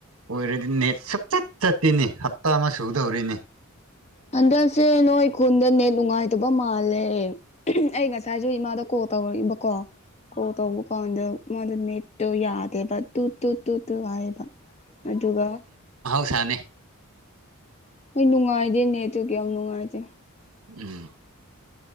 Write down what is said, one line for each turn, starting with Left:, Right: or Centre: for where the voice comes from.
Right: ꯑꯣꯏꯔꯗꯤ ꯅꯦꯠ ꯁꯨꯞꯆꯠ ꯆꯠꯇꯤꯅꯤ ꯍꯞꯇꯥ ꯑꯃ ꯁꯨꯗꯧꯔꯤꯅꯤ
Left: ꯍꯟꯗꯛꯁꯦ ꯅꯣꯏ ꯈꯨꯟꯗ ꯅꯦꯠ ꯅꯨꯡꯉꯥꯏꯇꯕ ꯃꯥꯜꯂꯦ ꯑꯩ ꯉꯁꯥꯏꯁꯨ ꯏꯃꯥꯗ ꯀꯣ ꯀꯜ ꯇꯧꯔꯛꯏꯕꯀꯣ ꯀꯣꯜ ꯇꯧꯕ ꯀꯥꯟꯗ ꯃꯥꯗ ꯅꯦꯠꯇꯣ ꯌꯥꯗꯦꯕ ꯇ ꯇꯨ ꯇꯨ ꯇꯨ ꯍꯥꯏꯕ ꯑꯗꯨꯒ
Right: ꯁꯅꯦ
Left: ꯍꯣꯏ ꯅꯨꯡꯉꯥꯏꯗꯦꯅꯦ ꯑꯗꯨ ꯌꯥꯝ ꯅꯨꯡꯉꯥꯏꯇꯦ
Right: ꯎꯝ